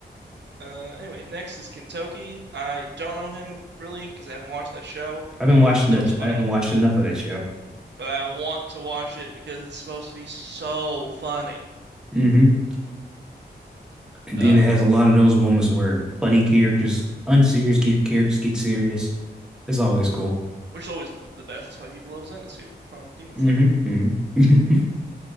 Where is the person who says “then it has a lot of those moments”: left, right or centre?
Centre